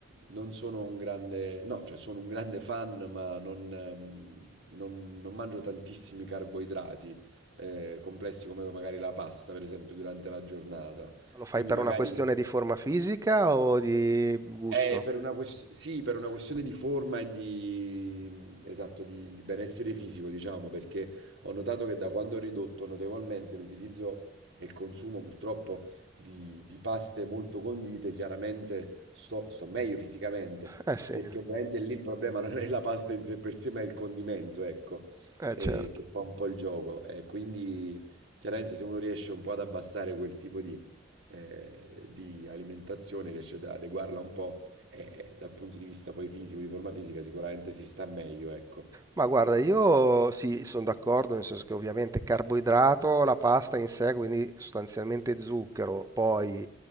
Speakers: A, on the right; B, on the right.
A: non sono un grande, no, cioè sono un grande fan, ma non, ehm, non- non mangio tantissimi carboidrati eh, complessi come magari la pasta, per esempio, durante la giornata.
B: lo fai
A: Quindi
B: per
A: magari
B: una questione di forma fisica o di gusto?
A: eh, per una ques- sì, per una questione di forma e di, esatto, di, di benessere fisico, diciamo, perché ho notato che da quando ho ridotto notevolmente l'utilizzo e il consumo purtroppo di, di paste molto condite, chiaramente sto, sto meglio fisicamente,
B: Eh sì,
A: perché ovviamente lì il problema <laughs> non è la pasta in sé per sé, ma è il condimento, ecco,
B: eh
A: eh,
B: certo.
A: che fa un po' il gioco. E quindi chiaramente se uno riesce un po' ad abbassare quel tipo di eh, di alimentazione, riesce ad adeguarla un po', e dal punto di vista poi fisico, di forma fisica, sicuramente si sta meglio, ecco.
B: Ma guarda, io sì, sono d'accordo, nel senso che ovviamente carboidrato, la pasta in sé, quindi sostanzialmente zucchero, poi